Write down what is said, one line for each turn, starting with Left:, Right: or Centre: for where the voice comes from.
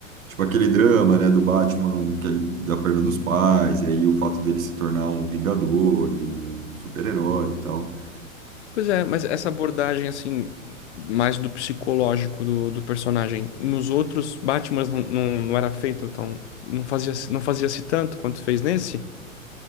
Right: Tipo, aquele drama, né, do Batman, que ele- da perda dos pais, e aí o fato dele se tornar um vingador e um super-herói e tal.
Left: Pois é, mas essa abordagem, assim, mais do psicológico do, do personagem. Nos outros Batmans não, não, não era feito, então. Não fazia, não fazia-se tanto quanto fez nesse?